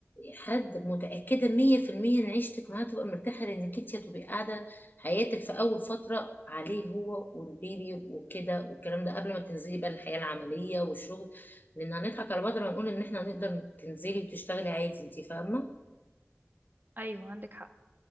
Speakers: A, on the left; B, on the right.
A: حد متأكدة مية في المية إن عيشتك معاه تبقى مرتاحة لأنك أنت هتبقي قاعدة حياتك في أول فترة عليه هو والبيبي وكده والكلام ده قبل ما تنزلي بقى الحياة العملية والشغل لأن هنضحك على بعض لما نقول إن إحنا هنقدر تنزلي وتشتغلي عادي أنت فاهمة
B: ايوه عندك حق